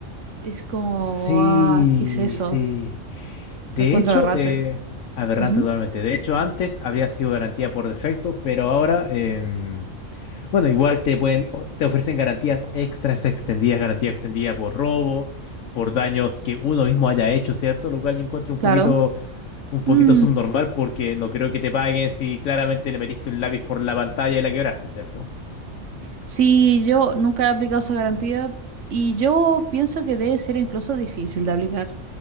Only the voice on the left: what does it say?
Sí,
sí. De
hecho,
eh, aberrante
totalmente. De hecho, antes habría sido garantía por defecto, pero ahora, em, bueno, igual te pueden, o- te ofrecen garantías extras extendidas, garantía extendida por robo, por daños que uno mismo haya hecho, ¿cierto? Lo cual yo encuentro un
poquito, un poquito
subnormal porque no creo que te paguen si claramente le metiste un lápiz por la pantalla y la quebraste, ¿cierto?